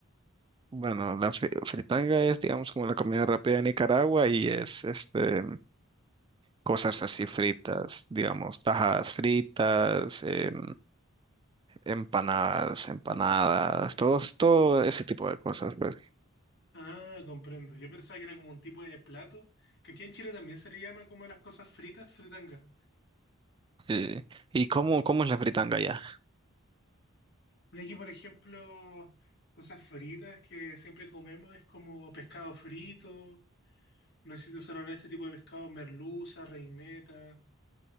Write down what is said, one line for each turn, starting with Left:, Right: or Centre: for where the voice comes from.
Right: Bueno, la fri- fritanga es, digamos, como la comida rápida de Nicaragua y es, este, cosas así fritas, digamos, tajadas fritas, em, empanadas, empanadas, todos, todo ese tipo de cosas, pues.
Left: Ah, comprendo. Yo pensaba que era como un tipo de plato, que aquí en Chile también se le llama como las cosas fritas, fritanga.
Right: ¿Y, y cómo, cómo es la fritanga allá?
Left: Pero aquí, por ejemplo, cosas fritas que siempre comemos es como pescado frito. No sé si te suena hablar de este tipo de pescado, merluza, reineta.